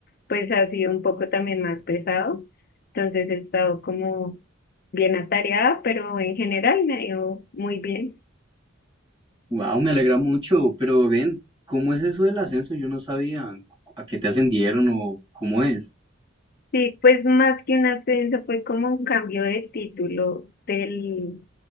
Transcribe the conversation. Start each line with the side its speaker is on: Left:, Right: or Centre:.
Left: pues ha sido un poco también más pesado. Entonces he estado como bien atareada, pero en general me ha ido muy bien.
Right: Wow, me alegra mucho, pero ven, ¿cómo es eso del ascenso? Yo no sabía a qué te ascendieron o cómo es.
Left: Sí, pues más que un ascenso fue como un cambio de título del,